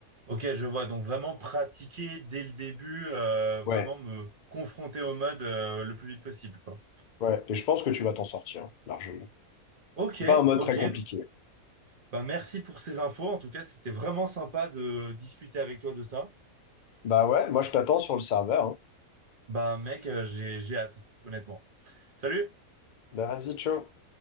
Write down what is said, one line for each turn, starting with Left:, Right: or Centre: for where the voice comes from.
Right: Ok, je vois. Donc vraiment pratiquer dès le début, euh, vraiment
Left: Ouais,
Right: me confronter au mode euh, le plus vite possible, quoi.
Left: ouais, et je pense que tu vas t'en sortir, hein, largement.
Right: Ok,
Left: C'est pas un mode
Right: ok.
Left: très compliqué.
Right: Bah merci pour ces infos. En tout cas, c'était vraiment sympa de discuter avec toi de ça.
Left: Bah ouais, moi je t'attends sur le serveur, hein.
Right: Bah mec, euh, j'ai j'ai hâte, honnêtement. Salut!
Left: Bah vas-y, ciao.